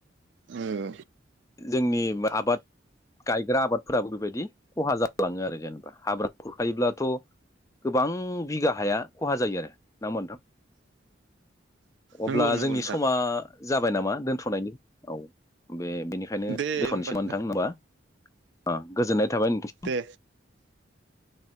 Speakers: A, on the right; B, on the left.
A: उम
B: जोंनि आबाद गायग्रा आबादफोराबो बेबायदि ख'हा जालाङो आरो जेनेबा हाब्रा खुरखायोब्लाथ' गोबां बिगा हाया ख'हा जायो आरो नङा होमबा नोंथां? अब्ला
A: नंगौ नंगौ
B: जोंनि
A: नोंथां
B: समा जाबाय नामा दोन थनायनि औ बे ओंखायनो
A: दे
B: दोनथ'नोसै
A: होमबा
B: मोन नोंथां होमबा। अ गोजोननाय थाबाय नोंथां।
A: दे